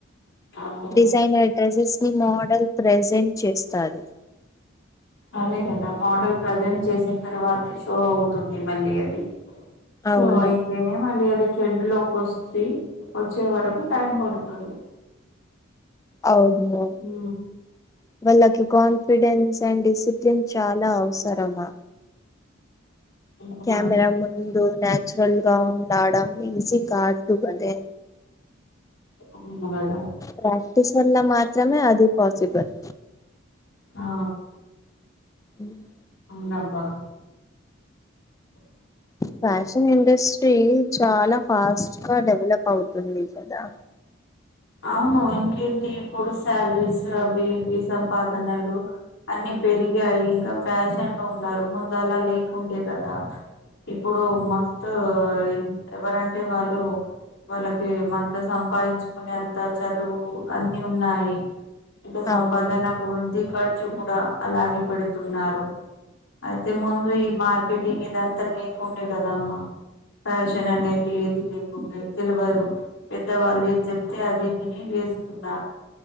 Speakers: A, on the left (about 75°); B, on the left (about 15°).
A: ఆవును
B: డిజైనర్ డ్రెస్సెస్ ని మోడల్ ప్రజెంట్ చేస్తారు
A: అదే కదా మోడల్ ప్రజెంట్ చేసిన తర్వాతే షో అవుతుంది మళ్ళీ అది షో
B: అవును
A: అయితేనే మళ్ళీ అది ట్రెండ్ లోకి వస్తే వచ్చే వరకు టైం పడుతుంది
B: అవును
A: ఉ
B: వాళ్ళకి కాన్ఫిడెన్స్ అండ్ డిసిప్లిన్ చాలా అవసరమా
A: అవునండి
B: క్యమెరా ముందు నే చురల్ గా ల్గావున్ ఉండడమ్ ఈజీ కాదు అదే
A: అవును కదా
B: ప్రాక్టీస్ వల్ల మాత్రమే అది పాసిబల్
A: ఆ
B: ఉ <unintelligible> <inaudible>
A: అవునాబ్బా <unintelligible> <inaudible>
B: ఫ్యాషన్ ఇండస్ట్రీ చాలా ఫాస్ట్ గా డెవలప్ అవుతుంది కదా
A: అవును ఇంకేంటి ఇప్పుడు శాలరీస్ అవిఇవి సంపాదనలు అన్ని పెరిగాయి ఇంకా ఫ్యాషన్ లో ఉన్నారు ముందు అలా లేకుండే కదా ఇప్పుడు మస్త్ ఎవరంటే వాళ్ళు వాళ్ళకి మంట సంపాదించు కునేంత చదువు అన్ని ఉన్నాయి ఇంకా సంపాదన
B: అవును
A: ఉంది ఖర్చు కూడా అలాగే పెడుతున్నారు అయితే ముందు ఈ మార్కెటింగ్ ఇదంతా లేకు ఉండే కదమ్మా ఫ్యాషన్ అనేది ఏది లేకుండే తెల్వదు పెద్దవాళ్ళు ఏంది చెప్ తే అదే విని వేసుకున్నారు